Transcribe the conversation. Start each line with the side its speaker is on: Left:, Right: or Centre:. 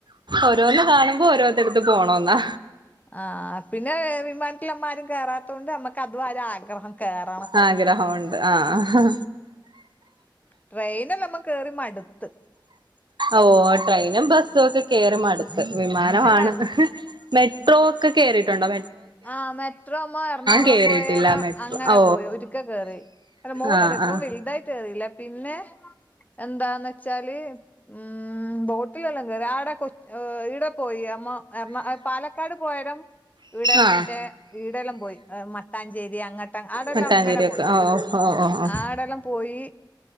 Right: ഓരോന്ന് കാണുമ്പം ഓരോന്നടുത്ത് പോണന്നാ
Left: ആഹ് പിന്നെ വിമാനത്തിലപ്പാരും കേറാത്ത കൊണ്ട് നമ്മക്ക് അതും ഒരാഗ്രഹം കേറണന്ന്
Right: ആഗ്രഹമുണ്ട് ആഹ്
Left: ട്രെയിന നമ്മ കേറി മടുത്ത്
Right: ഓഹ് ട്രെയിനും ബസ്സും ഒക്കെ കേറി മടുത്ത് വിമാനമാണ്.
Left: അല്ല
Right: മെട്രോ ഒക്കെ കേറീട്ടുണ്ടോെ?
Left: ആഹ് മെട്രോമ്മോ എറണാകുളം
Right: കേറിയിട്ടില്ല
Left: പോയേരം
Right: മെട്രോ
Left: അങ്ങനെ
Right: ഓ
Left: പോയി ഒരിക്കെ കേറി. അല്ല മോളണ്
Right: ആഹ്
Left: ഇപ്പൊ
Right: ആഹ്
Left: വലുതായി ട്ടില്ല പിന്നെ എന്താന്ന് വെച്ചാല് ആഹ് ബോട്ടിലെല്ലാം കേറി ആടെ കൊ ഇവിടെ പോയി അമ്മ എർണാ പാലക്കാട് പോയേരം ഇവിടെ
Right: ആഹ്
Left: മറ്റേ ഈടെല്ലാം പോയി മട്ടാഞ്ചേരി അങ്ങ ആടെല്ലാം
Right: മട്ടാഞ്ചേരി
Left: അങ്ങനെ പോയി
Right: ഒക്കെ ഓ ഓ ഓ ഓ
Left: ആടെല്ലാം പോയി